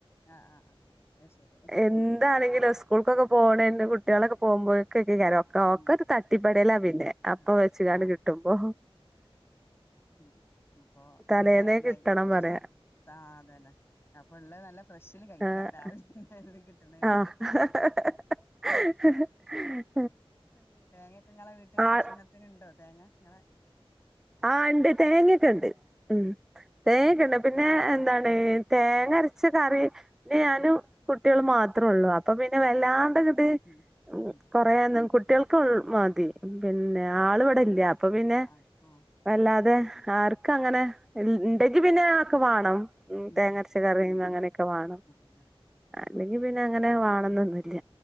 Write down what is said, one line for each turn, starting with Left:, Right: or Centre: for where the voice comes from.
Left: ആഹ് ആഹ് ആ അത് ശരി
Centre: എന്ത് ആണെങ്കിലും സ്കൂൾകൊക്കെ പോകണന് കുട്ടികള് ഒക്കെ പോകുമ്പോഴക്ക ക്കെ കരോ കൊക്ക്
Left: ഉം
Centre: ഒരു തട്ടിപ്പടലാ പിന്നെ അപ്പൊ
Left: ആ
Centre: വെച്ച് ക്കാണ്ട്
Left: ആ
Centre: കിട്ടുമ്പോ
Left: ഉ അപ്പൊ
Centre: തലേന്നേ
Left: നല്ല ലൈസാ
Centre: കിട്ടണം പറയാ
Left: ആ അതെന്നെ അപ്പൊ ഒള്ളത് നല്ല ഫ്രഷില് കഴിക്കാം
Centre: ആഹ്
Left: രാവിലെ എ എല്ലാം കിട്ടണൂടെ
Centre: ആഹ് <unintelligible>
Left: ഉ തേങ്ങ ഒക്കെ നിങ്ങള വീട്ടിൽ ആവശ്യങ്ങക്ക്
Centre: ആഹ്
Left: ഇണ്ടോ തേങ്ങ ഇങ്ങെ
Centre: ആ ണ്ട് തേങ്ങ ഒക്കെണ്ട് ഉ
Left: ഉം
Centre: തേങ്ങക്കണ്ട്
Left: അതെ അതെ
Centre: പിന്നെ എന്താണ്
Left: ഉം
Centre: തേങ്ങരച്ച
Left: ഉം
Centre: കറി പിന്നെ ഞാനും കുട്ടികൾ
Left: ഉം
Centre: മാത്രള്ളൂ അപ്പ പിന്നെ വല്ലാണ്ട്
Left: ആഹ്
Centre: അങ്ങട്ട്
Left: ഉം ഉം
Centre: കൊറന്നും കുട്ടികൾക്ക് മതി പിന്നെ ആൾ ഇവിടെ ഇല്ല അപ്പൊ പിന്നെ
Left: ആഹ
Centre: വല്ലാതെ ആർക്ക അങ്ങനെ
Left: ഉം
Centre: ഇണ്ടെങ്കി പിന്നെ ആക്ക് വാണം ഉ
Left: ഉം
Centre: തേങ്ങരച്ച കറിയും അങ്ങനെയൊക്കെ മാണം
Left: ഉം
Centre: അല്ലെങ്കി
Left: ആഹ്
Centre: പിന്നെ അങ്ങനെ വാണണോന്നന്നും
Left: ഉം
Centre: ഇല്ല